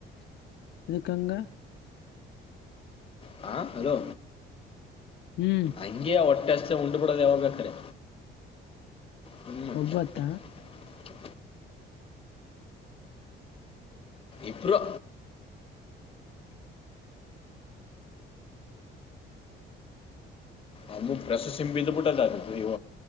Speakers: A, on the left (about 70°); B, on the left (about 30°).
A: ಏದಕಂಗ
B: ಹ ಹಲೋ
A: ಹ್ಮ್
B: ಅಂಗೆ ಸ್ ಉಂಡು ಬಿಡೋದ ಯಾವ ಬೇಕರೇ ಹ್ಮ್
A: ಒಬ್ಬತ್ತ
B: <unintelligible> ಇಬ್ಬರು ಅಂದು ಪ್ರೆಸ್ ಸಿಂಬಿದ್ದು ಬಿಟ್ಟದದ ಇವ